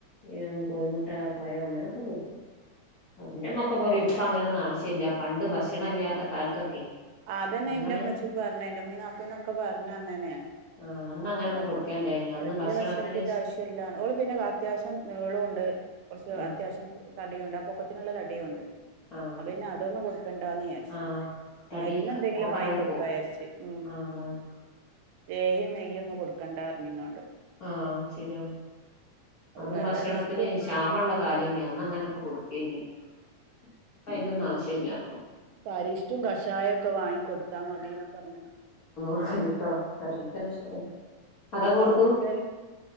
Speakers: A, on the left; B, on the right.
A: ഉം കോഴി മുട്ട പഴം അങ്ങനെയൊക്കെ കൊടുക്കും എന്റെ മക്കൾ പറയും ഇപ്പോ അങ്ങനൊന്നും ആവശ്യമില്ല പണ്ട് ഭക്ഷണം ഇല്ലാത്ത കാലത്തൊക്കെ
B: അതന്നെ
A: അങ്ങനെ
B: എന്റെമ്മച്ചിയും പറഞ്ഞു എന്റമ്മീ നാത്തൂനൊക്കെ പറഞ്ഞു
A: ആഹ് അന്ന് അങ്ങനൊക്കെ
B: <unintelligible> അപ്പൊ
A: കൊടുക്കലുണ്ടായിനി അന്ന്
B: വല്ലിയ
A: ഭക്ഷണത്തിന്
B: ഭക്ഷണത്തിന്റെ ആവശ്യം ഇല്ല ഓള് പിന്നെ അത്യാവശ്യം നീളം ഉണ്ട് കുറച്ച്
A: ആഹ്
B: അത്യാവശ്യം തടിയുണ്ട് പൊക്കത്തിനുള്ള തടിയും ഉണ്ട്.
A: ആഹ്
B: അവന് അതൊന്നും കൊടുക്കണ്ടാന്ന് വിചാരിച്ച്
A: ആഹ് തടി
B: മരുന്ന് എന്തെങ്കിലും
A: ഓവറായി
B: വാങ്ങി കൊടുക്കാ
A: പോവും
B: വിചാരിച് ഉം
A: ആഹ് അതാണ്
B: ലോഹ്യയും നെയ്യും ഒന്നും കൊടുക്കണ്ടാർന്ന് പറഞ്ഞു ഇന്നോട്
A: ആഹ് ശരിയാ
B: അപ്പൊ
A: അന്ന്
B: വേറെ
A: ഭക്ഷണത്തിന്
B: അരിഷ്ടും
A: ക്ഷാമള്ള കാലയ്ന്ന് അന്ന് അങ്ങനൊക്കെ കൊടുക്കും കെയിഞ്ഞ് ഇപ്പോ അയിന്റെ ഒന്നുംആവശ്യം ഇല്ലാ.
B: ഇപ അരിഷ്ടവും കഷായൊക്കെ വാങ്ങി കൊടുത്താ മതിന്നാ പറഞ്
A: <unintelligible> അരിഷ്ട കഷായുംഅതകൊടു
B: അത് കൊടുക്കൽ